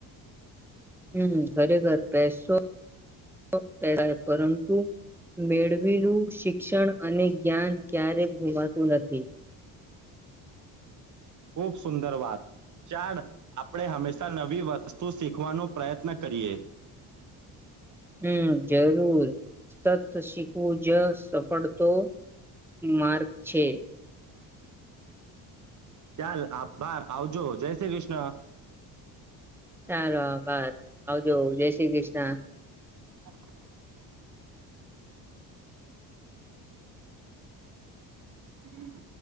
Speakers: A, in the centre; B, on the right (about 45°).
A: હમ ખરેખર પેસો <unintelligible> પરંતુ મેળવેલું શિક્ષણ અને જ્ઞાન ક્યારેક ગુમાતું નથી.
B: ખૂબ સુંદર વાત ચાડ આપડે હંમેશા નવી વસ્તુ શીખવાનો પ્રયત્ન કરીએ.
A: હમ જરૂર તત શીખવું જ સફળતો માર્ગ છે.
B: ચાલ આભાર આવજો જય શ્રી કૃષ્ણ.
A: ચાલો આભાર આવજો જય શ્રી કૃષ્ણ.
B: <inaudible> હમ.